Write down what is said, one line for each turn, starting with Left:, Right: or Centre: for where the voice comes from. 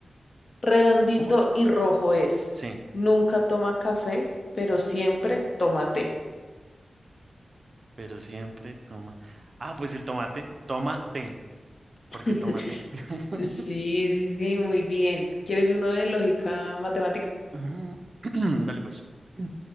Left: Redondito
Right: ¿Cómo?
Left: y rojo es.
Right: Sí.
Left: Nunca toma café, pero siempre toma té.
Right: pero siempre toma. Ah, pues el tomate, toma té, porque
Left: <laughs>
Right: tomate. <laughs>
Left: Sí, sí, sí, muy bien. ¿Quieres uno de lógica matemática?
Right: Ujú. <clears throat> Dale pues. <clears throat>